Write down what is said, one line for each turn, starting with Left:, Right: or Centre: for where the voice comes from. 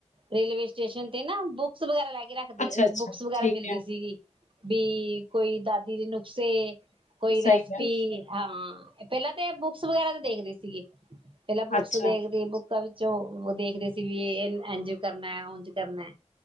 Right: railway station ਤੇ ਨਾ ਬੁੱਕਸ ਵਗੈਰਾ ਲੈ ਕੇ ਰਖਦੇ
Left: ਅੱਛਾ-ਅੱਛਾ
Right: ਬੁੱਕਸ ਵਗੈਰਾ
Left: ਠੀਕ
Right: ਮਿਲਦੀ
Left: ਐ,
Right: ਸੀਗੀ ਬੀ ਕੋਈ ਦਾਦ ਦੀ ਨੁਕਸੇ। ਕੋਈ
Left: ਸਹੀ
Right: ਰੈਸ ਪੀ
Left: ਐ,
Right: ਹਾਂ ਪਹਿਲਾਂ ਤੇ ਬੁੱਕਸ ਵਗੈਰਾ ਤੇ ਦੇਖਦੇ ਸੀਗੇ। ਪਹਿਲਾਂ ਬੁੱਕਸ
Left: ਅੱਛਾ
Right: ਦੇਖ ਰਦੀ ਬੁੱਕ ਬੂਕਾਂ ਵਿੱਚੋਂ ਦੇਖਦੇਹੇ ਸੀ ਵੀ ਇਹ ਏੰੰਝ ਕਰਨਾ ਉੰਝ ਕਰਨਾ।